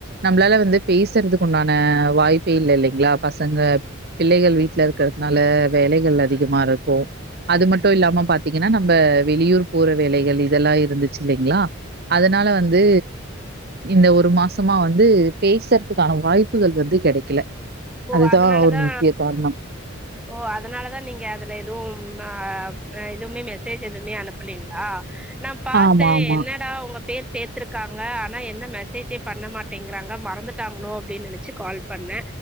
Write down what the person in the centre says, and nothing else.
ஓ
அதனாலதா
ஓ அதனாலதா நீங்க அதுல எதுவு அ எதுமே மெசேஜ் எதுமே அனுப்பலீங்களா நா பாத்தே
என்ன
என்னடா உங்க பேர் சேத்திருக்காங்க ஆனா என்ன மெசேஜே பண்ண மாட்டேங்கிறாங்க மறந்துட்டாங்களோ அப்டின் நெனச்சு கால் பண்ண